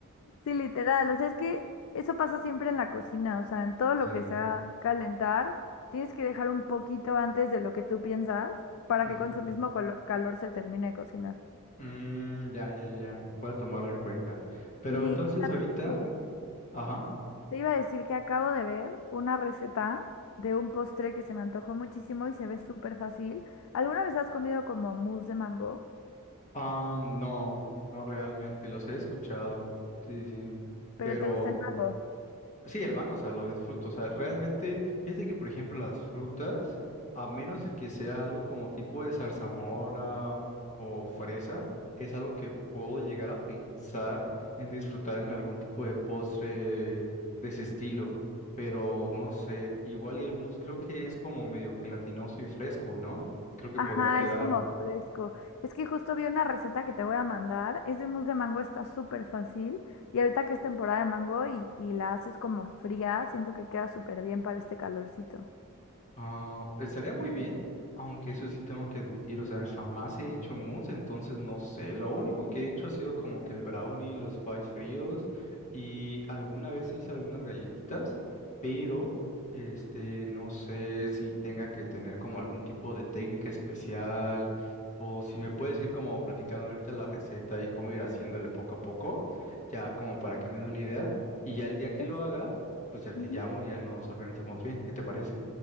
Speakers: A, on the left; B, on the left.
A: Sí, literal. O sea, es que eso pasa siempre en la cocina. O sea, en todo lo
B: Sí,
A: que
B: sí.
A: sea calentar, tienes que dejar un poquito antes de lo que tú piensas para
B: Ujú.
A: que con su mismo colo- calor se termine de cocinar.
B: Mm, ya, ya, ya. Voy a tomarlo en cuenta. Pero
A: Sí,
B: entonces
A: ¿y sabes
B: ahorita
A: qué?
B: Ajá.
A: Te iba a decir que acabo de ver una receta de un postre que se me antojó muchísimo y se ve súper fácil. ¿Alguna vez has comido como mousse de mango?
B: Ah, no, no realmente, los he escuchado. Sí, sí, sí.
A: ¿Pero
B: Pero
A: te gusta el mango?
B: sí, el mango, o sea, lo disfruto. O sea, realmente, fíjate que, por ejemplo, las frutas, a menos de que sea algo como tipo de zarzamora o fresa, es algo que puedo llegar a pensar en disfrutar en algún tipo de postre de ese estilo. Pero no sé, igual y el mousse creo que es como medio gelatinoso y fresco, ¿no? Creo que
A: Ajá,
B: podría quedar.
A: es como fresco. Es que justo vi una receta que te voy a mandar. Es de mousse de mango, está súper fácil. Y ahorita que es temporada de mango y, y la haces como fría, siento que queda súper bien para este calorcito.
B: Ah, estaría muy bien, aunque eso sí tengo que admitir, o sea, jamás he hecho mousse, entonces no sé, lo único que he hecho ha sido como que el brownie, los pies fríos y alguna vez hice algunas galletitas, pero este, no sé si tenga que tener como algún tipo de técnica especial o si me puedes ir como platicando ahorita la receta y cómo ir haciéndole poco a poco, ya como para que me dé una idea y ya el día que
A: Es-
B: lo haga, pues ya te
A: ujú.
B: llamo, ya nos organizamos bien, ¿qué te parece?